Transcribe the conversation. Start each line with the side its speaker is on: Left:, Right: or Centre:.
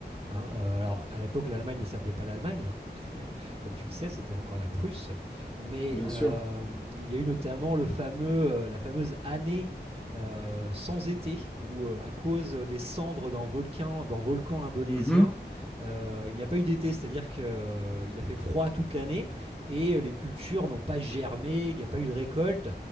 Right: hein. Euh, alors à l'époque, l'Allemagne ne s'appelait pas l'Allemagne, hein. Comme tu le sais, c'était encore la Prusse. Mais
Centre: Bien
Right: euh,
Centre: sûr.
Right: il y a eu notamment le fameux, euh, la fameuse année euh, sans été, où euh, à cause des cendres d'un volcan, d'un volcan indonésien,
Centre: Mhm.
Right: euh, il n'y a pas eu d'été, c'est-à-dire qu'il euh, a fait froid toute l'année et euh, les cultures n'ont pas germé, il n'y a pas eu de récolte.